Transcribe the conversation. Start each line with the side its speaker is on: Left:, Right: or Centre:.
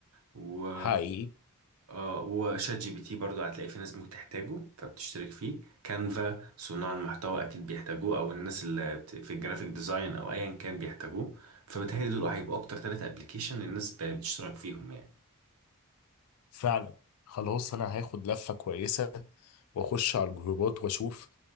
Right: و
Left: حقيقي
Right: اه وشات جي بي تي برضو هتلاقي في ناس ممكن تحتاجه فبتشترك فيه كانفا صناع المحتوى اكيد بيحتاجوه او الناس اللي بت- في الجرافيك ديزاين او ايا كان بيحتاجوه فبتهيألي دول هيبقوا اكتر ثلاثة ابلكيشن الناس ب- بتشترك فيهم يعني
Left: فعلا خلاص انا هاخد لفه كويسه واخش على الجروبات واشوف